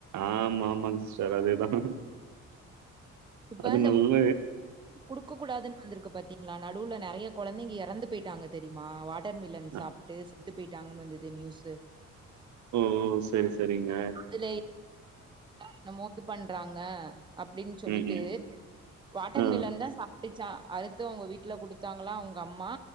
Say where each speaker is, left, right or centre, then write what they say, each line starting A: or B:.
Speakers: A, on the right; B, on the right.
A: ஆமா, ஆமாங்க சிஸ்டர். அதேதான்.
B: இப்ப
A: அது
B: இந்த
A: நல்ல
B: குடுக்க கூடாதுன்னு வந்திருக்கு பாத்தீங்களா நடுவுல நிறைய குழந்தைங்க இறந்து போயிட்டாங்க தெரியுமா ட்டர் மில்ன்
A: அ
B: சாப்பிட்டு செத்து போயிட்டாங்கன்னு வந்துது நியூஸ்
A: ஓ சரி சரிங்க
B: அதுல என்னமோ இது பண்றாங்க அப்படின்னு சொல்லிட்டு
A: ம், ம்.
B: வாட்டர்
A: ஆ,
B: மில்லன் தான் சாப் அ அவங்க வீட்டுல குடுத்தாங்கள உங்க அம்மா